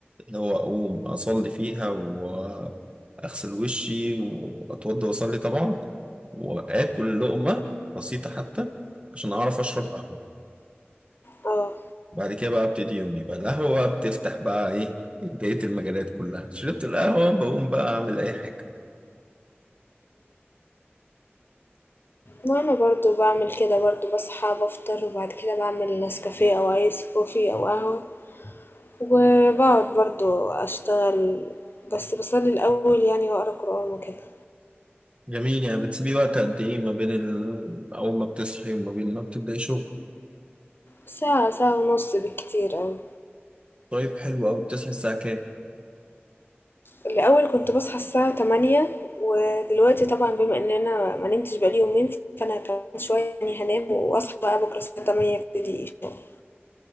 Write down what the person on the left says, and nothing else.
اه
وانا برضو بعمل كده برضو بصحى بفطر وبعد كده بعمل نسكافيه او ايس كوفي او قهوة وبقعد برضو اشتغل بس بصلي الاول يعني واقرا قرآن وكده
ساعة ساعة ونص بالكتير اوي
الاول كنت بصحى الساعة تمانية ودلوقتي طبعا بما ان انا ما نمتش بقالي يومين فانا كمان شوية يعني هنام واصحى بقى بكرة الساعة تمانية ابتدي الشغل